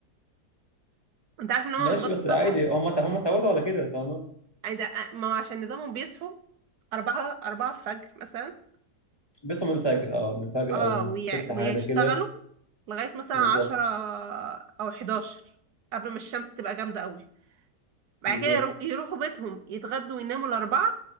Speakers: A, on the right (about 70°); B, on the left (about 15°).
A: انت عارف ان هم
B: ماشي
A: بيتغدوا
B: بس
A: الساعة
B: عادي
A: اتناشر؟
B: هم ت... هم اتعودوا على كده فاهم
A: عند- ما هو عشان نظامهم بيصحوا أربعة أربعة الفجر مثلا
B: بيصحوا من الفجر اه من الفجر
A: اه
B: أو من
A: وي-
B: الستة حاجة
A: ويشتغلوا
B: زي كده
A: لغاية مثلا
B: بالظبط
A: عشرة أو حداشر قبل ما الشمس تبقى جامدة قوي بعد
B: بالظبط
A: كده يرو- يروحوا بيتهم يتغدوا ويناموا الأربعة